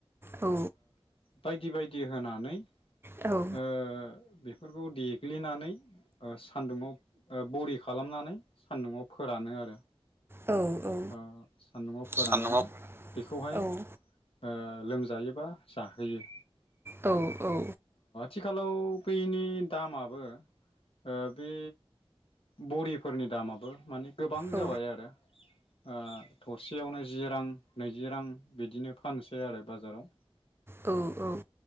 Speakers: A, on the right; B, on the left.
A: औ
B: बायदि बायदि होनानै
A: औ
B: ओ बेफोरखौ देग्लिनानै ओ सान्दुङाव ओ बरि खालामनानै सान्दुङाव फोरानो आरो।
A: औ औ
B: ओ सान्दुनआव फोराननानै
A: सान्दुंआव
B: बेखौहाय ओ
A: औ
B: लोमजायोबा जाहोयो।
A: औ औ
B: थिखालाव बैनि दामाबो ओ बे बरिफोरनि दामाबो माने गोबां
A: औ
B: जाबाय आरो। ओ थरसेयावनो जि रां नैजि रां बिदिनो फानसै आरो बाजाराव।
A: औ औ